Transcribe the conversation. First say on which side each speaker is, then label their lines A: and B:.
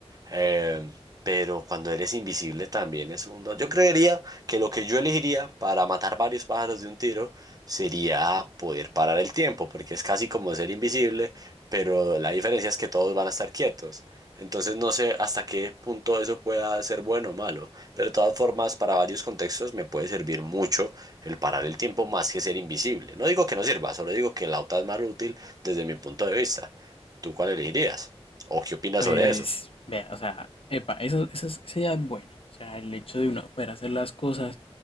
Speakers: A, on the right; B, on the left.
A: Eh, pero cuando eres invisible también es un... don. Yo creería que lo que yo elegiría para matar varios pájaros de un tiro sería poder parar el tiempo, porque es casi como ser invisible, pero la diferencia es que todos van a estar quietos. Entonces no sé hasta qué punto eso pueda ser bueno o malo, pero de todas formas para varios contextos me puede servir mucho el parar el tiempo más que ser invisible. No digo que no sirva, solo digo que la otra es más útil desde mi punto de vista. ¿Tú cuál elegirías? ¿O qué opinas
B: Pues,
A: sobre eso?
B: vea, o sea, epa, eso, eso es- esa idea es buena. O sea, el hecho de uno poder hacer las cosas